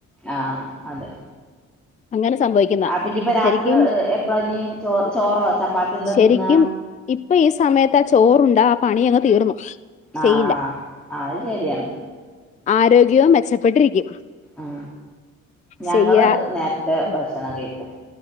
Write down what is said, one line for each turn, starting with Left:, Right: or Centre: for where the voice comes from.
Centre: ആഹ അതെ
Left: അങ്ങനെ സംഭവിക്കുന്ന
Centre: ആ പിന്നയിപ്പ രാത്രി
Left: ശരിക്കും
Centre: എപ്പഴഞ്ഞ് ചോ ചോറോ ചപ്പാത്തി എന്താ
Left: ശരിക്കും
Centre: തിന്നാ
Left: ഇപ്പൊ ഈ സമയത്ത് ആ ചോറണ്ട് ഇാ ആ പണി അങ്ങ് തീർന്നു
Centre: ആഹ്
Left: ചെയ്യില്ല
Centre: അത് ശരിയാണ്
Left: ആരോഗ്യവും മെച്ചപ്പെട്ടിരിക്കും
Centre: ഉ ഞങ്ങള്
Left: ചെയ്യാ
Centre: നേരത്തെ
Left: ഉം.
Centre: ഭക്ഷന കേൾക്കും